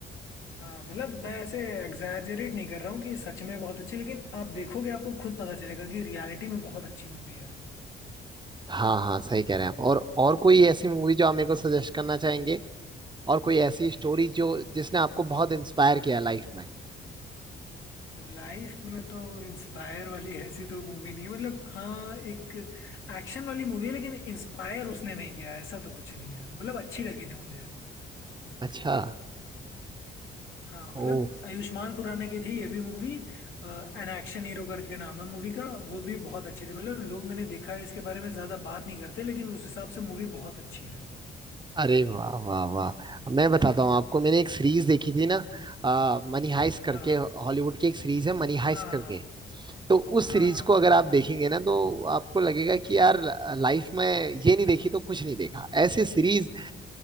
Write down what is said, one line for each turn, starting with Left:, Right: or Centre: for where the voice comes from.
Left: हाँ मतलब मैं ऐसे एग्जैजरेट नहीं कर रहा हूँ कि सच में बहुत अच्छी लेकिन आप देखोगे आपको खुद पता चलेगा कि रियलिटी में बहुत अच्छी मूवी है
Right: हाँ हाँ सही कह रहे हैं आप और और कोई ऐसी मूवी जो आप मेरे को सजेस्ट करना चाहेंगे और कोई ऐसी स्टोरी जो जिसने आपको बहुत इंस्पायर किया लाइफ में
Left: लाइफ में तो इंस्पायर वाली ऐसी तो मूवी नहीं है मतलब हाँ एक एक्शन वाली मूवी है लेकिन इंस्पायर उसने नहीं किया है, ऐसा तो कुछ नहीं है मतलब अच्छी लगी थी मुझे
Right: अच्छा
Left: हाँ मतलब
Right: ओ
Left: आयुष्मान खुराना की थी ये भी मूवी एन एक्शन हीरो करके नाम है मूवी का वो भी बहुत अच्छी थी मतलब लोग मैंने देखा है इसके बारे में ज्यादा बात नहीं करते लेकिन उस हिसाब से मूवी बहुत अच्छी है
Right: अरे वाह वाह वाह मैं बताता हूँ आपको मैंने एक सीरीज देखी थी ना आ, मनी हाइस्ट करके
Left: हाँ
Right: हॉलीवुड की एक सीरीज है मनी हाइस्ट
Left: हाँ
Right: करके तो उस
Left: हाँ
Right: सीरीज को अगर आप देखेंगे ना तो आपको लगेगा कि यार लाइफ में ये नहीं देखी तो कुछ नहीं देखा ऐसी सीरीज